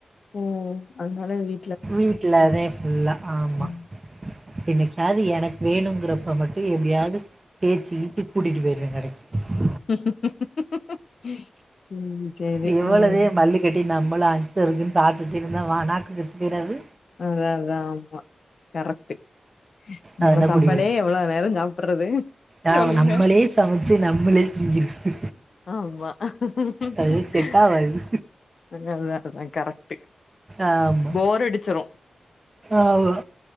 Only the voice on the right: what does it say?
வீட்லதே புல்லா ஆமா
என்னைக்காவது எனக்கு வேணுங்கிறப்ப மட்டும் எப்படியாவது பேச்சி கீச்சி கூட்டிட்டு போயிருவ கடைக். <inaudible>
எவ்வளதே
மள்ளுக்கட்டி நம். மளு அஞ்சு இருக்கும் சாப்பட்டு இருந்தா நாக்கு செத்து போய்றாது.
அதெல்லாம்
கூட்டிட்டு போயிருவேன்.
ஆ
நம்மளே சமைச்சு நம்மளே திங்கிறது.
அது செட் ஆவாது.
ஆமா.
ஆமா.